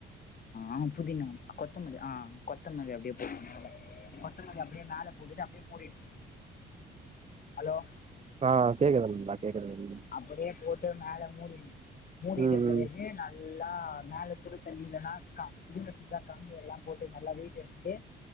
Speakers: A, on the left; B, on the right.
A: ஆ புதினா கொத்தமல்லி ஆ கொத்தமல்லி அப்டியே போட் அப்டே மேல போட்டுட்டு அப்டியே மூடினு ஹலோ
B: ஆ கேக்குதுங் நல்லா கேக்குதுங்
A: அப்டியே போட்டு மேல மூடிர்னு மூடிட்ட
B: ம்
A: பிறகு நா ஃபுல்லா மேல சுரு தண்ணியில்லனா கா ஊடுசா கம்பு எல்லா போட்டு நல்லா வெயிட்ட வெச்சுட்டு